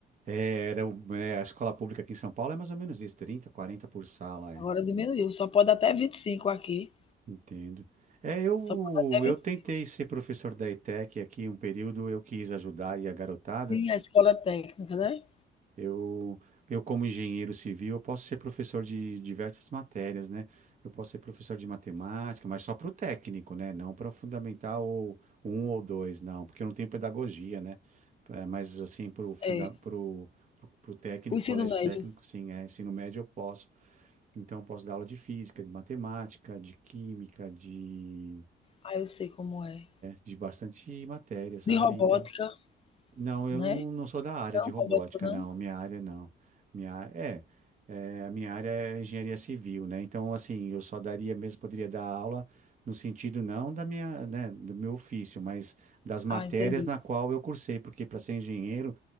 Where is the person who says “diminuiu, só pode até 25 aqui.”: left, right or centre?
Left